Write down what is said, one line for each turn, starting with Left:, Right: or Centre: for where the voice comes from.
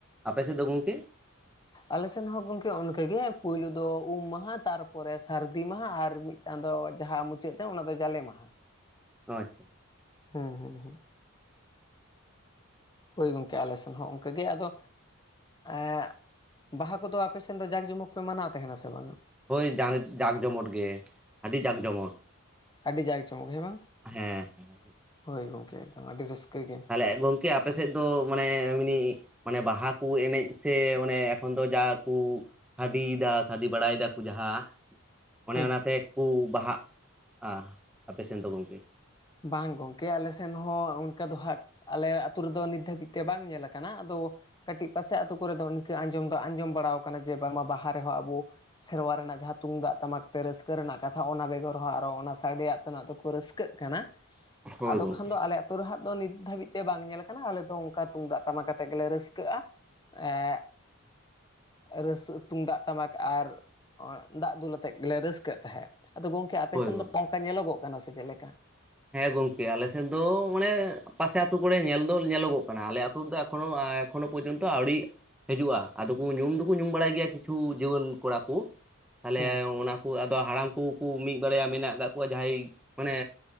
Centre: ᱟᱯᱮ ᱥᱮᱫ ᱫᱚ ᱜᱚᱢᱠᱮ <inaudible>
Left: ᱟᱞᱮᱥᱮᱱ ᱦᱚᱸ ᱜᱚᱢᱠᱮ ᱚᱱᱠᱟᱜᱮ ᱯᱩᱭᱞᱩ ᱫᱚ ᱩᱢ ᱢᱟᱦᱟ ᱛᱟᱨᱯᱚᱨᱮ ᱥᱟᱹᱨᱫᱤ ᱢᱟᱦᱟ ᱟᱨ ᱢᱤᱫ ᱢᱤᱫᱴᱟᱝ ᱫᱚ ᱡᱟᱦᱟᱸ ᱢᱩᱪᱟᱹᱫ ᱛᱮ ᱚᱱᱟᱫᱚ ᱡᱟᱞᱮ ᱢᱟᱦᱟ
Centre: ᱟᱪᱷᱟ
Left: ᱦᱮᱸ ᱦᱮᱸ ᱦᱮᱸ ᱦᱳᱭ ᱜᱚᱝᱠᱮ ᱟᱞᱮ ᱥᱮᱱ ᱦᱚᱸ ᱚᱱᱠᱟᱜᱮ ᱟᱫᱚ ᱮᱜ ᱵᱟᱦᱟ ᱠᱚᱫᱚ ᱟᱯᱮ ᱥᱮᱱ ᱫᱚ ᱡᱟᱠᱼ ᱡᱚᱢᱚᱠ ᱯᱮ ᱢᱟᱱᱟᱣ ᱛᱟᱦᱮᱱᱟ ᱥᱮ ᱵᱟᱝ ᱟ
Centre: ᱦᱳᱭ ᱡᱟᱠ ᱡᱚᱢᱚᱴ ᱜᱮ ᱟᱹᱰᱤ ᱡᱟᱠ ᱡᱚᱢᱚᱴ
Left: ᱟᱹᱰᱤ ᱡᱟᱠ ᱡᱚᱢᱚᱠ ᱦᱮᱸ ᱵᱟᱝ
Centre: ᱦᱮᱸ ᱦᱮᱸ
Left: ᱦᱳᱭ ᱜᱚᱢᱠᱮ ᱮᱠᱫᱚᱢ ᱟᱹᱰᱤ ᱨᱟᱹᱥᱠᱟᱹ ᱜᱮ
Centre: ᱛᱟᱦᱞᱮ ᱜᱚᱝᱠᱮ ᱟᱯᱮᱥᱮᱫ ᱫᱚ ᱢᱟᱱᱮ ᱮᱢᱱᱤ ᱢᱟᱱᱮ ᱵᱟᱦᱟ ᱠᱚ ᱮᱱᱮᱡ ᱥᱮ ᱚᱱᱮ ᱮᱠᱷᱚᱱ ᱫᱚ ᱡᱟ ᱠᱩ ᱥᱟᱰᱤ ᱫᱟ ᱥᱟᱰᱤ ᱵᱟᱲᱟᱭ ᱫᱟᱠᱚ ᱡᱟᱦᱟᱸ ᱚᱱᱮ
Left: ᱦᱩᱸ
Centre: ᱚᱱᱟᱛᱮᱠᱚ ᱵᱟᱦᱟᱜᱼᱟ ᱟᱯᱮ ᱥᱮᱱ ᱫᱚ ᱜᱚᱢᱠᱮ
Left: ᱵᱟᱝ ᱜᱚᱝᱠᱮ ᱟᱞᱮ ᱥᱮᱱ ᱦᱚᱸ ᱚᱱᱠᱟ ᱫᱚ ᱦᱟᱸᱜ ᱟᱞᱮ ᱟᱹᱛᱩ ᱨᱮᱫᱚ ᱱᱤᱛ ᱫᱷᱟ. ᱵᱤᱡ ᱛᱮ ᱵᱟᱝ ᱧᱮᱞ ᱠᱟᱱᱟ ᱠᱟᱹᱴᱤᱡ ᱯᱟᱥᱮ ᱟᱹᱛᱩ ᱠᱚᱨᱮ ᱫᱚ ᱤᱱᱠᱟᱹ ᱟᱸᱡᱚᱢ ᱫᱚ ᱟᱸᱡᱚᱢ ᱵᱟᱲᱟ ᱠᱟᱱᱟ ᱡᱮ ᱵᱟᱝᱢᱟ ᱵᱟᱦᱟ ᱨᱮᱦᱚᱸ ᱟᱵᱚ ᱥᱮᱨᱣᱟ ᱨᱮᱱᱟᱜ ᱡᱟᱦᱟᱸ ᱛᱩᱢᱫᱟᱜ ᱴᱟᱢᱟᱠ ᱛᱮ ᱨᱟᱹᱥᱠᱟᱹ ᱨᱮᱱᱟᱜ ᱠᱟᱛᱷᱟ ᱚᱱᱟ ᱵᱮᱜᱚᱨ ᱦᱚᱸ ᱟᱨᱚ ᱚᱱᱟ ᱥᱟᱰᱮᱭᱟᱜ ᱛᱮᱱᱟᱜ ᱛᱮᱠᱚ ᱨᱟᱹᱥᱠᱟᱹᱜ ᱠᱟᱱᱟ
Centre: ᱦᱳᱭ
Left: ᱟᱫᱚ
Centre: ᱜᱚᱝᱠᱮ
Left: ᱠᱷᱟᱱ ᱫᱚ ᱟᱞᱮ ᱟᱛᱳ ᱨᱮᱦᱟᱜ ᱫᱚ ᱱᱤᱛ ᱫᱷᱟᱹᱵᱤᱡ ᱛᱮ ᱵᱟᱝ ᱧᱮᱞ ᱠᱟᱱᱟ ᱟᱞᱮ ᱫᱚ ᱚᱱᱠᱟ ᱛᱩᱢᱫᱟᱜ ᱴᱟᱢᱟᱠ ᱟᱛᱮᱫ ᱜᱮᱞᱮ ᱨᱟᱹᱥᱠᱟᱹᱜᱼᱟ ᱮᱜ ᱨᱟᱹᱥ ᱛᱩᱢᱫᱟᱜ ᱴᱟᱢᱟᱠ ᱟᱨ ᱫᱟᱜ ᱫᱩᱞ ᱟᱛᱮᱫ ᱜᱮᱞᱮ ᱨᱟᱹᱥᱠᱟᱹᱜ ᱛᱟᱦᱮᱸᱫ ᱟᱫᱚ ᱜᱚᱝᱠᱮ ᱟᱯᱮ
Centre: ᱦᱳᱭ
Left: ᱥᱮᱱ
Centre: ᱜᱚᱝᱠᱮ
Left: ᱫᱚ ᱚᱱᱠᱟ ᱧᱮᱞᱚᱜᱚᱜ ᱠᱟᱱᱟ ᱥᱮ ᱪᱮᱫ ᱞᱮᱠᱟ
Centre: ᱦᱮᱸ ᱜᱚᱝᱠᱮ ᱟᱞᱮᱥᱮᱫ ᱫᱚ ᱢᱟᱱᱮ ᱯᱟᱥᱮ ᱟᱹᱛᱩ ᱠᱚᱨᱮ ᱧᱮᱞ ᱫᱚ ᱧᱮᱞᱚᱜᱚᱜ ᱠᱟᱱᱟ ᱟᱞᱮ ᱟᱹᱛᱩ ᱨᱮᱫᱚ ᱮᱠᱷᱚᱱᱚ ᱮᱠᱷᱚᱱᱳ ᱯᱚᱨᱡᱚᱱᱛᱚ ᱟᱹᱣᱲᱤ ᱦᱤᱡᱩᱜᱼᱟ ᱟᱫᱚ ᱠᱚ ᱧᱩᱢ ᱫᱩᱠᱩ ᱧᱩᱢ ᱵᱟᱲᱟᱭ ᱜᱮᱭᱟ ᱠᱤᱪᱷᱩ ᱡᱩᱣᱟᱹᱱ ᱠᱚᱲᱟ ᱠᱚ ᱛᱟᱦᱚᱞᱮ
Left: ᱦᱩᱸ
Centre: ᱚᱱᱟ ᱠᱩ ᱟᱫᱚ ᱦᱟᱲᱟᱢ ᱠᱩᱠᱩ ᱢᱤᱫ ᱵᱟᱨᱭᱟ ᱢᱮᱱᱟᱜ ᱠᱟᱫ ᱠᱚᱣᱟ ᱡᱟᱦᱟᱸᱭ ᱢᱟᱱᱮ